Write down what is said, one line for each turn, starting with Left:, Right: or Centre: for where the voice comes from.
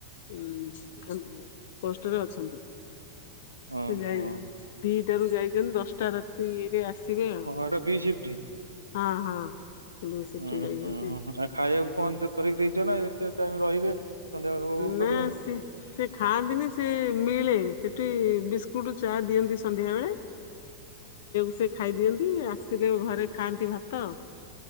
Left: ଉଁ ହୁଁ ଆମ ପୋଷ୍ଟରେ ଅଛନ୍ତି।
Right: ଓହୋ
Left: ସେ ଯାଇ ଦିଟାରୁ ଯାଇଛନ୍ତି ଦଶଟା ରାତିରେ ଆସିବେ।
Right: ଏଟା ବି ସିଫ୍ଟି
Left: ହଁ ହଁ। ବି ସେଠି
Right: ହୁଁ ହୁଁ
Left: ଯାଇଛନ୍ତି
Right: ଆଉ ଖାଇବାକୁ କଣ କରିକି ଦେଇଛ ନା ଏତେ ଟାଇମ୍ ରହିବେ। ସନ୍ଧ୍ୟାବେଳେ ଭୋଗ ଭୋଗ
Left: ମ
Right: କରିବନି
Left: ସେ <inaudible> ସେ ଖାଆନ୍ତିନି ସେ ମିଳେ ସେଠି ବିସ୍କୁଟ୍ ଚା ଦିଅନ୍ତି ସନ୍ଧ୍ୟା ବେଳେ। ସେ ଖାଇ ଦିଅନ୍ତି ଆସିଲେ ଘରେ ଖାଆନ୍ତି ଭାତ।